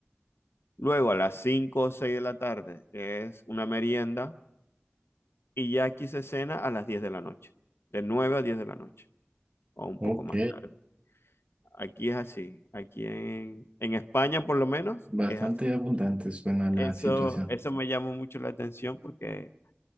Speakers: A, on the left; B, on the right.
A: Luego, a las 5 o 6 de la tarde es una merienda y ya aquí se cena a las 10 de la noche, de 9 a 10 de la noche o un
B: Ok,
A: poco más tarde. Aquí es así. Aquí en, en España, por lo menos,
B: bastante
A: es así.
B: abundante suena la
A: Eso,
B: situación.
A: eso me llamó mucho la atención porque,